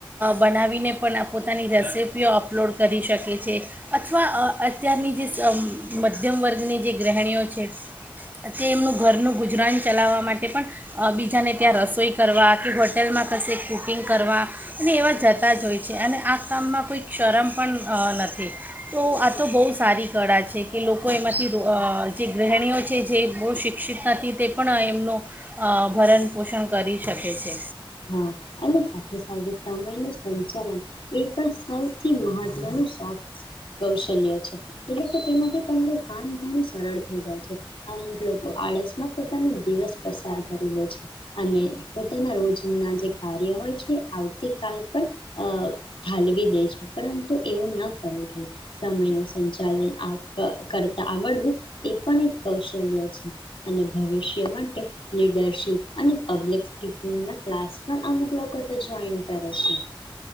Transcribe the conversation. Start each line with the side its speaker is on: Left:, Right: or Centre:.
Right: બનાવીને પણ આ પોતાની રેસીપીઓ અપલોડ કરી શકે છે અથવા અ અત્યારની જે મધ્યમ વર્ગની જે ગૃહણીઓ છે તે એમનું ઘરનું ગુજરાન ચલાવવા માટે પણ બીજાને ત્યાં રસોઈ કરવા કે હોટેલમાં કશે કુકિંગ કરવા અને એવા જતા જ હોય છે અને આ કામમાં કોઈ શરમ પણ નથી તો આ તો બહુ સારી કળા છે કે લોકો એમાંથી જે ગૃહિણીઓ છે જે બહુ શિક્ષિત નથી તે પણ એમનું અ ભરણ પોષણ કરી શકે છે.
Left: હા અને સાથે સાથે સમય ન સંચાલન એ પણ સૌથી મહત્વનું સોફ્ટ કૌશલ્ય છે એટલે કે તેમાંથી તમારું કામ ઘણું સરળ થઈ જાય છે અમુક લોકો આળસમાં પોતાનો દિવસ પસાર કરી લે છે અને પોતાના રોજ ના જે કાર્ય હોય છે આવતીકાલ પર અ ઠાલવી દે છે પરંતુ એવું ન કરવું જોઈએ સમયનું સંચાલન આ કરતા આવડવું એ પણ એક કૌશલ્ય છે અને ભવિષ્ય માટે લીડરશીપ અને પબ્લિક સ્પીિંગના ક્લાસ પણ અમુક લોકો તો જોઈન કરે છે.